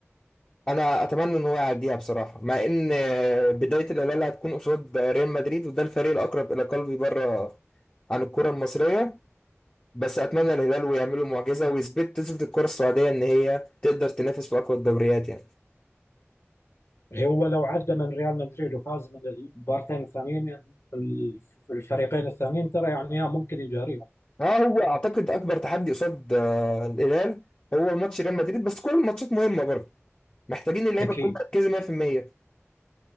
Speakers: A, on the left; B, on the left.
A: أنا أتمنى إن هو يعديها بصراحة مع إن آه، بداية الهلال هتكون قصاد ريال مدريد وده الفريق الأقرب إلى قلبي بره عن الكرة المصرية بس أتمنى الهلال ويعملوا معجزة ويثبت تثبت الكرة السعودية إن هي تقدر تنافس في أقوى الدوريات يعني
B: هو لو عدى من ريال مدريد وفاز من المبارتين الثانيين الف- الفريقين الثانيين ترى يعني ممكن يجاريهم
A: اه هو اعتقد اكبر تحدي قصاد آه، الهلال هو ماتش ريال مدريد بس كل الماتشات مهمه برضه محتاجين اللعيبه
B: اكيد
A: تكون مركزه 100%